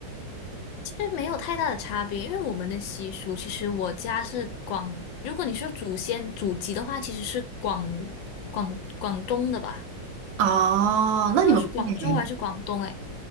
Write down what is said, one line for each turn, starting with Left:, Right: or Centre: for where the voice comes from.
Left: 其实没有太大的差别，因为我们的习俗，其实我家是广，如果你说祖先祖籍的话，其实是广广广东的吧。
Right: 啊？那你们过年也
Left: 那是广州还是广东？哎，